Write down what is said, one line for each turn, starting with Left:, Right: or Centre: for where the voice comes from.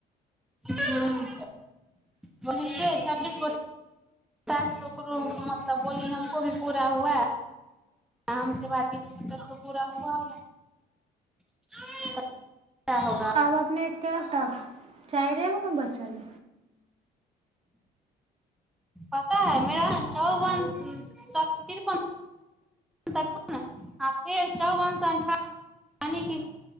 Centre: हँ बोली कें छबीस गो साास ओकरो मतलब बोली हमको भी पूरा हुआ है आराम से बात की तऽ सतर् पूरा हुआ होगा क्या होगा
Right: आब अपने काए टॉक्स चारि गो न बचल
Centre: पता है मेरा चौवन तख तिरपन देखुहुँ न आ फेर चौवन स अंठाबन यानि की